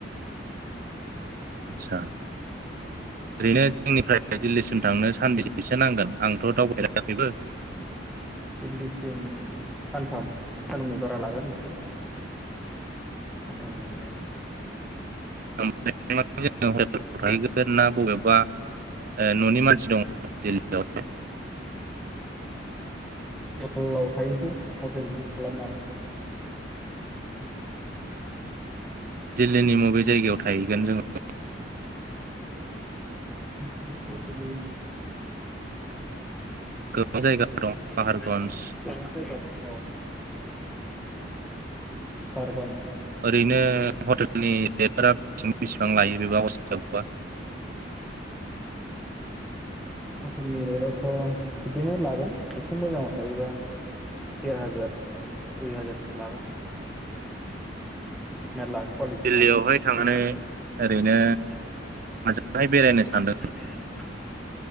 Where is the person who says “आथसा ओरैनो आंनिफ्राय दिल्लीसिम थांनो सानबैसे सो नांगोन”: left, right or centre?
Right